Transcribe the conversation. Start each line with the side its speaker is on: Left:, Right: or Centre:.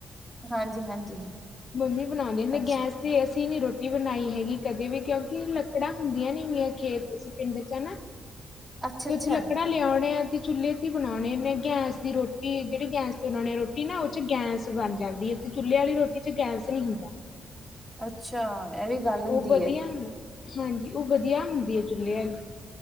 Right: ਹਾਂਜੀ-ਹਾਂਜੀ
Left: ਮੰਮੀ ਬਣਾਉਂਦੇ ਹੁੰਦੇ
Right: ਅੱਛਾ,
Left: ਗੈਸ ਤੇ ਅਸੀਂ ਨੀ ਰੋਟੀ ਬਣਾਈ ਹੈਗੀ ਕਦੇ ਵੀ, ਕਿਉ ਕਿ ਲੱਕੜਾਂ ਹੁੰਦੀਆਂ ਨੇ ਗੀਆਂ ਖੇਤ ਚ ਪਿੰਡ ਚ ਹਨਾ।
Right: ਅੱਛਾ-ਅੱਛਾ,
Left: ਤੇ ਉੱਥੇ ਲੱਕੜਾ
Right: ਅੱਛਾ
Left: ਲੇ ਆਉਣੇ ਆ, ਤੇ ਚੁੱਲ੍ਹੇ ਬਣਾਉਣੇ ਹੁਨੇ ਆ, ਗੈਸ ਦੀ ਰੋਟੀ ਜਿਹੜੀ ਗੈਸ ਤੇ ਬਣਾਉਣੇ ਰੋਟੀ ਨਾ ਉਹ ਚ ਗੈਸ ਬਣ ਜਾਂਦੀ ਐ। ਚੁੱਲ੍ਹੇ ਆਲੀ ਰੋਟੀ 'ਚ ਗੈਸ ਨੀ ਹੁੰਦਾ।
Right: ਅੱਛਾ, ਇਹ ਵੀ ਗੱਲ ਹੁੰਦੀ
Left: ਉਹ ਵਧੀਆ
Right: ਐ।
Left: ਹੁੰਦੀ ਹਾਂਜੀ, ਉਹ ਵਧੀਆ ਹੁੰਦੀ ਐ ਚੂਲੇ ਆਂਲੀ।